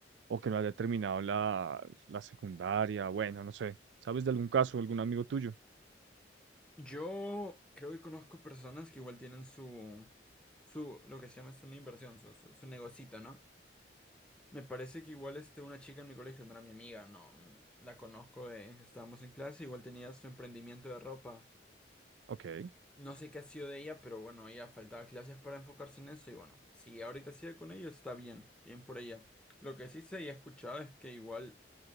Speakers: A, on the right; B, in the centre.
A: o que no haya terminado la, la secundaria, bueno, no sé, ¿sabes de algún caso, algún amigo tuyo?
B: yo creo que conozco personas que igual tienen su, su, lo que se llama es una inversión, su, su, su negocito, ¿no? Me parece que igual este, una chica en mi colegio no era mi amiga, no, mm, la conozco, de, estábamos en clase, igual tenía su emprendimiento de ropa.
A: Ok,
B: No sé qué ha sido de ella, pero bueno, ella faltaba clases para enfocarse en eso y bueno, si ahorita sigue con ello está bien, bien por ella. Lo que sí sé y he escuchado es que igual